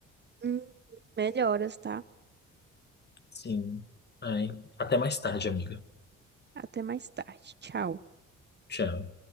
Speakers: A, on the right (about 35°); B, on the left (about 35°).
A: Hum, melhoras, tá?
B: Sim. Ai, até mais tarde, amiga.
A: Até mais tarde. Tchau.
B: Tchau.